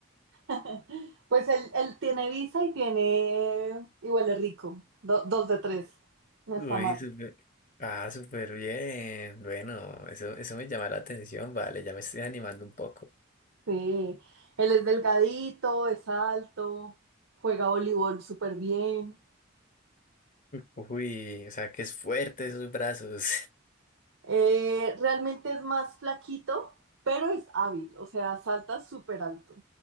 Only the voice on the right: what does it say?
<laughs> Pues él, él tiene visa y tiene, y huele rico, do- dos de tres, no está
mal.
Sí, él es delgadito, es alto, juega voleibol súper bien.
Eh, realmente es más flaquito, pero es hábil, o sea, salta súper alto.